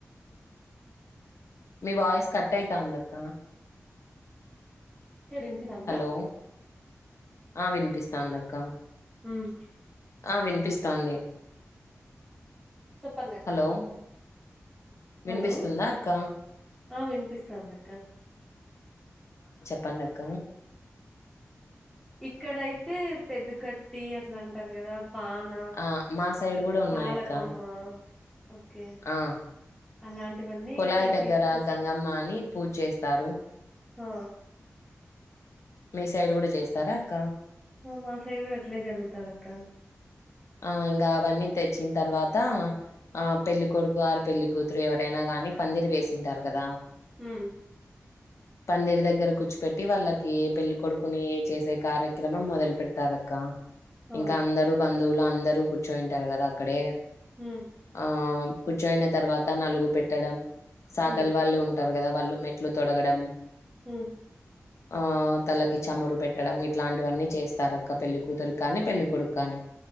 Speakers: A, on the left; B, in the centre.
A: మీ వాయిస్ కట్ అయితాందక
B: ఇ ర్ వింపి సంద
A: హలో ఆ వినిపిస్తాందక్క
B: ఉమ్,
A: ఆ వినిపిస్తాంది
B: చెప్పడక్క
A: హలో వినిపిస్తుందా
B: హలో
A: అక్క
B: ఆ వినిపిస్తాందక్క
A: ప్పాడంక్క
B: ఇక్కడ అయితే తెడ్డు కట్టి అట్లా అంటారు కదా బన
A: ఆ మా సైడ్ కూడా ఉన్నాయక్క
B: పాలకొమ్మ ఓకే
A: ఆ
B: అలాంటివన్నీ
A: కుళాయి
B: ఇక్కడ
A: దగ్గర
B: తీసుకొస్
A: గంగమ్మ అని పూజ చేస్తారు
B: ఆ
A: మీ సైడ్ కూడా చేస్తారా అక్క
B: మా సైడ్ కూడా అట్లే జరుగుతాది అక్క
A: ఆ ఇంకా అవన్నీ తెచ్చిన తర్వా త ఆ పెళ్ళి కొడుకు ఆర్ పెళ్ళి కూతురు ఎవరైనా గాని పందిరి వేసింటారు కదా
B: ఉం
A: పందిరి దగ్గర కూర్చుపెట్టి వాళ్ళకి పెళ్లిికడుకుని చేసే కార్యక్రమం మొదలు పెడతారక్క
B: ఆ
A: ఇంకా అందరు బ ధువులు అందరూ కూర్చోనింటారు కదా అక్కడే
B: ఉమ్
A: ఆ కూర్చోని తర్వాత నలుగు పెట్టడం సాకలు
B: ఉమ్
A: వాళ్ళు ఉంటారు కదా వాళ్ళు మెట్లు తొడగడం
B: ఉమ్
A: ఆ తల్లకి చమురు పెట్టడం ఇలాంటివన్నీ చేస్ తరక్క పెళ్లి కూతురి క్కాని పెళ్ళికొడుకు కానీ